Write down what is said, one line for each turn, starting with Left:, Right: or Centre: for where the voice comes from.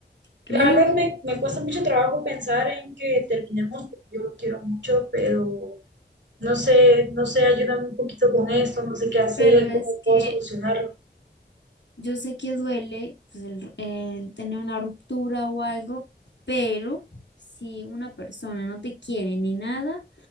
Left: Claro,
Right: La verdad me, me cuesta mucho trabajo pensar en que terminemos porque yo lo quiero mucho, pero no sé, no sé, ayúdame un poquito con esto, no sé qué hacer,
Left: Pero es
Right: cómo
Left: que
Right: puedo solucionarlo.
Left: yo sé que duele pues, el, el tener una ruptura o algo, pero si una persona no te quiere ni nada,